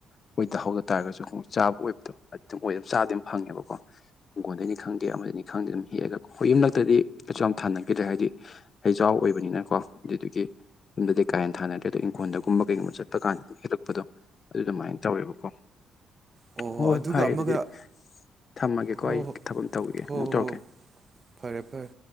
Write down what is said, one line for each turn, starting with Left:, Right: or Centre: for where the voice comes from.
Left: ꯑꯩꯈꯣꯏꯗ ꯍꯧꯗ ꯇꯥꯔꯒꯁꯨ ꯆꯥꯕ ꯑꯣꯏꯕꯗꯣ ꯑꯗꯨꯝ ꯑꯣꯏꯝ ꯆꯥꯕꯗꯤ ꯑꯗꯨꯝ ꯐꯪꯉꯦꯕꯀꯣ ꯍꯪꯒꯣꯟꯗꯒꯤꯅꯤ ꯈꯪꯗꯦ ꯑꯃꯗꯅꯤ ꯈꯪꯗꯦ ꯑꯗꯨꯝ ꯍꯦꯛꯑꯒ ꯑꯩꯈꯣꯏ ꯌꯨꯝꯂꯛꯇꯗꯤ ꯀꯩꯁꯨ ꯌꯥꯝ ꯊꯥꯅꯈꯤꯗ꯭ꯔꯦ ꯍꯥꯏꯗꯤ ꯍꯩꯖꯥꯎ ꯑꯣꯏꯕꯅꯤꯅꯀꯣ ꯑꯗꯨꯗꯨꯒꯤ ꯌꯨꯝꯗꯗꯤ ꯀꯥ ꯍꯦꯟꯅ ꯊꯥꯅꯗ꯭ꯔꯦ ꯑꯗꯣ ꯏꯪꯈꯣꯜꯗꯒꯨꯝꯕ ꯀꯩꯒꯨꯝꯕ ꯆꯠꯄ ꯀꯥꯟꯗ ꯑꯗꯨꯝ ꯍꯦꯜꯂꯛꯄꯗꯣ ꯑꯗꯨ ꯑꯗꯨꯃꯥꯏꯅ ꯇꯧꯋꯦꯕꯀꯣ
Right: ꯑꯣ
Left: ꯍꯣꯏ
Right: ꯑꯗꯨꯒ
Left: ꯐꯔꯦ
Right: ꯑꯃꯒ
Left: ꯑꯗꯨꯗꯤ ꯊꯝꯃꯒꯦꯀꯣ
Right: ꯍꯣ
Left: ꯑꯩ
Right: ꯍꯣ
Left: ꯊꯕꯛ ꯑꯃ ꯇꯧꯈꯤꯒꯦ
Right: ꯍꯣ
Left: ꯑꯃꯨꯛ ꯇꯧꯔꯛꯀꯦ
Right: ꯍꯣ ꯐꯔꯦ ꯐꯔꯦ